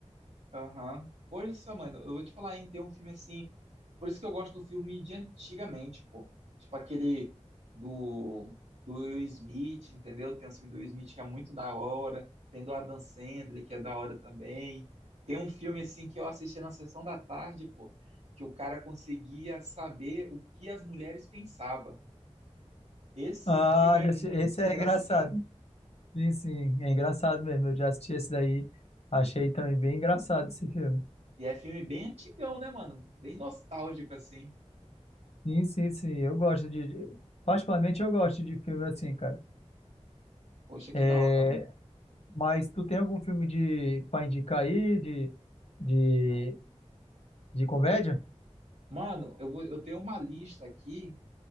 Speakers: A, on the right; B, on the left.
A: Aham. Hoje, só, mano, eu vou te falar, hein, tem um filme assim. Por isso que eu gosto do filme de antigamente, pô. Tipo aquele do, do Will Smith, entendeu? Tem um filme do Will Smith que é muito da hora. Tem do Adam Sandler, que é da hora também. Tem um filme assim que eu assisti na sessão da tarde, pô, que o cara conseguia saber o que as mulheres pensavam. Esse
B: Ah,
A: filme é
B: já
A: muito
B: sei, esse
A: engraçado.
B: é engraçado. Sim, sim, é engraçado mesmo. Eu já assisti esse daí, achei também bem engraçado esse filme.
A: E é filme bem antigão, né, mano? Bem nostálgico, assim.
B: Sim, sim, sim, eu gosto de. de- Particularmente eu gosto de filme assim, cara.
A: Poxa, que
B: É...
A: da hora, mano.
B: Mas tu tem algum filme de pra indicar aí, de, de, de comédia?
A: Mano, eu vou, eu tenho uma lista aqui,